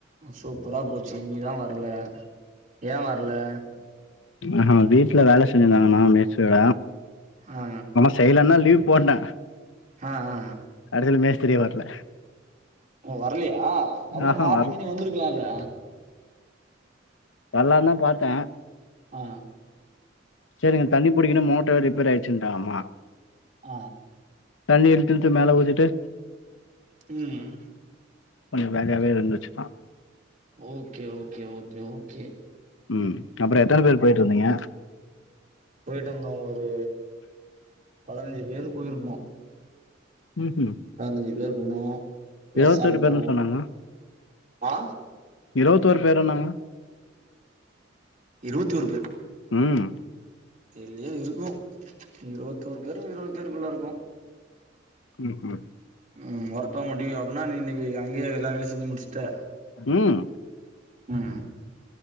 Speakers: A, on the right (about 40°); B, on the left (about 85°).
A: சூப்பரா போச்சி நீதா வர்ல ஏ வர்ல
B: ஆ வீட்ல வேல செஞ்சிருந்தாங்கன்னா மீச்சுல
A: ஆ
B: செய்லன்னா லீவ் போட்ட
A: ஆ ஆ
B: கடைசியில மேஷ்திரியே வரல
A: ஓ வரலயா அப்படின்னா
B: ஆஹா
A: மார்னிங்கே
B: வர
A: நீ வந்துருக்கலாம்ல்ல
B: வர்லாந்தான் பாத்தேன்
A: ஆ
B: சேரிங்க தண்ணி புடிக்கணும் மோட்டர் வேற ரிப்பர் ஆயிச்சுன்ட்டாமா
A: ஆ
B: தண்ணி இருக்குன்டு மேல ஊத்திட்டு
A: உம்
B: கொஞ்சம் வேலயாவே இருந்துச்சுன்னா
A: ஓகே ஓகே ஓகே ஓகே
B: ம் அப்புறம் எத்தனை பேர் போயிட்டு இருந்தீங்க
A: போயிட்டு இருந்தோம் ஒரு பதினஞ்சு பேர் போயிருப்போ
B: உம் ம்
A: பதினஞ்சி பேர் போனோம் நல்லா
B: இருபத்தொரு
A: சாப்ட்டோம்
B: பேர்னு சொன்னாங்க
A: ஆ
B: இருவத்தோரு பேருண்ணாங்க
A: இருவத்தோரு பேரா
B: உம்
A: தெர்லயே இருக்கும் இருபத்தோரு பேரும் இருபது பேருக்குள்ள இருக்கும்
B: உம் உம்
A: ம் ஒர்க்ல்லாம் முடியும் அப்டினா நீ இன்னைக்கு அங்கயே எல்லா வேலையும் செஞ்சு முடிச்சுட்ட
B: உம்
A: ம்